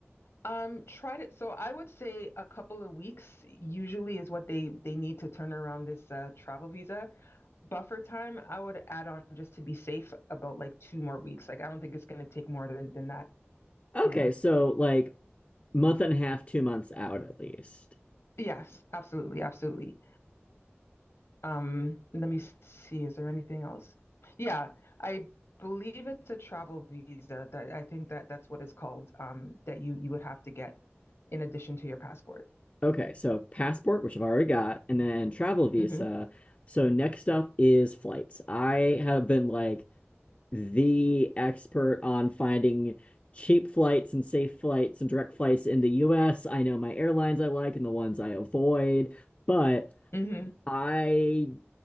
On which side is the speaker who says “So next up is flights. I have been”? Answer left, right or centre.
Left